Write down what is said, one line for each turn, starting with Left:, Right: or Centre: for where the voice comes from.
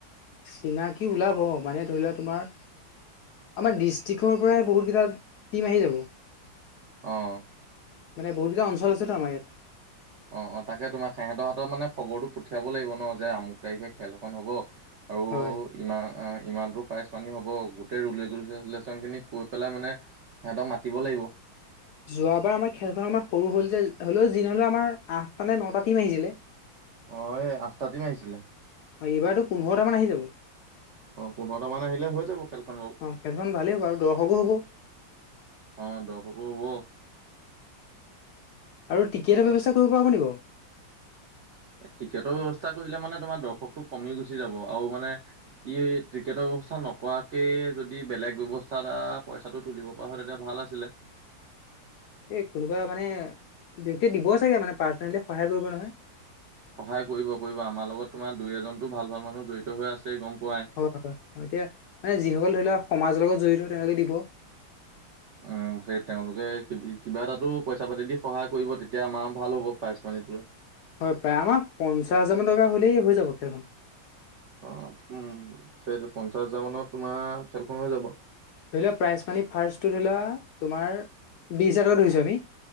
Left: চিনাকি ওলাব মানে ধৰি লোৱা তোমাৰ আমাৰ ডিষ্ট্ৰিক্টৰ পৰাই বহুতকেইটা টিম আহি যাব
Right: অঁ
Left: মানে বহুত কেইটা অঞ্চল আছে ত আমাৰ ইয়াত
Right: অ অ তাকে তোমাৰ সিহঁতৰ হাতৰ মানে খবৰটো পঠিয়াব লাগিব ন যে আমুক তাৰিখে খেল এখন হব আৰু
Left: হয়
Right: ইমান ইমানতটো প্ৰাইচ পানী হ'ব গোটেই ৰুল <unintelligible> খিনি কৈ পেলাই মানে সিহঁতক মাতিব লাগিব
Left: যোৱাবাৰ আমাৰ খেলখন আমাৰ সৰু হ'ল যে হ'লেও যি নহলেও আমাৰ আঠটা নে নটা টিম আহিছিলে
Right: অ এই আঠটা টিম আহিছিলে
Left: হয় এইবাৰতো পোন্ধৰটা মান আহি যাব
Right: অ পোন্ধৰটা মান আহিলে হৈ যাব খেলখন বাৰু
Left: অ খেলখন ভালেই হ'ব আৰু দৰ্শকো হ'ব
Right: <unintelligible> হব
Left: আৰু টিকেটৰ
Right: তাত
Left: ব্যৱস্থা কৰিব পৰা হ'ব নি বাৰু
Right: টিকেটৰ ব্যৱস্থা কৰিলে মানে তোমাৰ দৰ্শকটো কমি গুচি যাব আৰু মানে কি ক্ৰিকেটৰ ব্যৱস্থা নকৰাকে যদি বেলেগ ব্যৱস্থা আ পইচাটো তুলিব কোৱা হয় এতিয়া ভাল আছিলে
Left: এই কোনোবা মানে ব্যক্তিয়ে দিব চাগে মানে পাৰ্চনেলি সহায় কৰিব নহয়
Right: সহায় কৰিব কৰিব আমাৰ লগত তোমাৰ দুই এজনতো ভাল ভাল মানুহ জড়িত হৈ আছে গম পোৱাই
Left: হয় হয় হয় এতিয়া মানে যিসকল ধৰি লওক সমাজৰ লগত জড়িত তেওঁলোকে দিব
Right: উম সেই তেওঁলোকে কিবা এটাতো পইচা পাতি দি সহায় কৰিব তেতিয়া আমাৰ ভাল হ'ব পাইচ পানীটোৱে
Left: হয় প্ৰায় আমাৰ পঞ্চাছ হাজাৰ মান টকা হ'লেই হৈ যাব খেলখন
Right: অ উম সেইটো পঞ্চাশ হাজাৰ মানত তোমাৰ খেলখন হৈ যাব
Left: ধৰি লোৱা প্ৰাইজ মানি ফাৰ্ষ্টটো ধৰি লোৱা তোমাৰ বিছ হাজাৰ টকা ধৰিছোঁ আমি